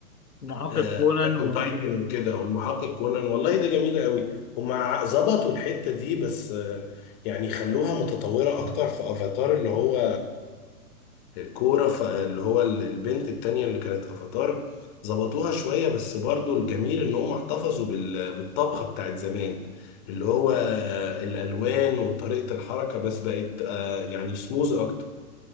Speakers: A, on the left (about 85°); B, on the left (about 35°).
A: محقق
B: اتاك
A: كونان
B: اون
A: و...
B: تايتن وكده والمحقق كونان والله ده جميل قوي هم ع- ظبطوا الحته دي بس آه، يعني خلوها متطوره اكتر في افاتار اللي هو الكوره ف- اللي هو ال- البنت التانية اللي كانت افاتار ظبطوها شويه بس برضو الجميل ان هم احتفظوا بال- بالطبخه بتاعت زمان اللي هو آه، الالوان وطريقه الحركه بس بقت آه، يعني سموز اكتر